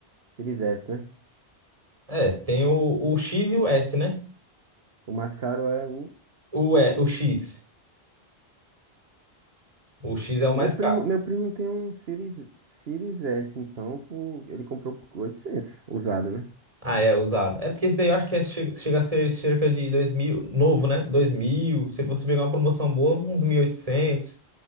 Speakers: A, on the right; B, on the right.
A: Series S, né?
B: É, tem o, o X e o S, né?
A: O mais caro é o.
B: O, e, o X. O X é o mais
A: Meu primo,
B: caro.
A: meu primo tem um Series, Series S, então por- ele comprou por 800 usado, né?
B: Ah, é, usado. É porque esse daí eu acho que é, che- chega, a ser cerca de dois mil, novo, né? Dois mil. Se você pegar uma promoção boa, uns mil mil oitocentos,